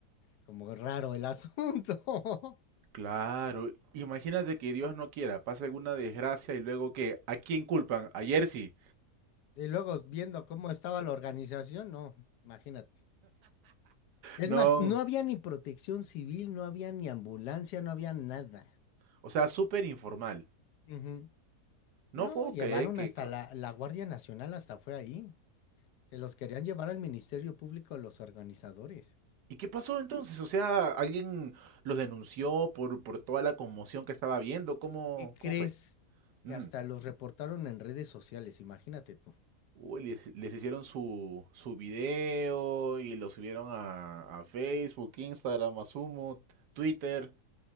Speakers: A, on the left; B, on the right.
A: como raro el asunto. <laughs>
B: Claro, imagínate que Dios no quiera, pase alguna desgracia y luego que, ¿a quién culpan? A Jersey.
A: Y luego viendo cómo estaba la organización, no, imagínate. Es
B: No,
A: más, no había ni protección civil, no había ni ambulancia, no había nada.
B: o sea, súper informal.
A: Ujú. No,
B: No puedo
A: llevaron
B: creer que...
A: hasta la, la Guardia Nacional, hasta fue ahí. Se los querían llevar al Ministerio Público los organizadores.
B: ¿Y qué pasó entonces? O sea, ¿alguien los denunció por, por toda la conmoción que estaba viendo? ¿Cómo,
A: ¿Qué crees?
B: cómo fue? Ujú.
A: Que hasta los reportaron en redes sociales, imagínate tú.
B: Uy, les, les hicieron su, su video y lo subieron a, a Facebook, Instagram, Asumo, Twitter.